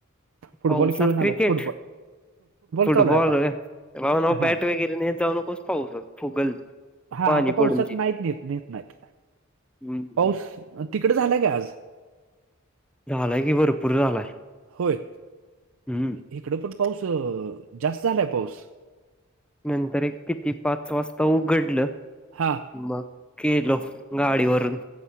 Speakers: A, on the right; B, in the centre.
A: फुटबॉल
B: पावसात
A: खेळून
B: क्रिकेट
A: आला फुटबॉल
B: फुटबॉल
A: चालू आहे आता
B: होय नव्ह, नव्ह
A: हा
B: बॅट वगैरे नेत जाऊ नको पावसात फुगल.
A: हा,
B: पाणी
A: आता पावसात
B: पडून ते.
A: नाहीत नेत, नेत नाहीत.
B: हम्म
A: पाऊस तिकड झालाय काय आज?
B: झालाय की भरपूर झालाय.
A: होय.
B: हम्म
A: हिकड पण पाऊस, जास्त झालाय पाऊस.
B: नंतर एक किती पाच वाजता उघडलं.
A: हा,
B: मग गेलो गाडीवरून.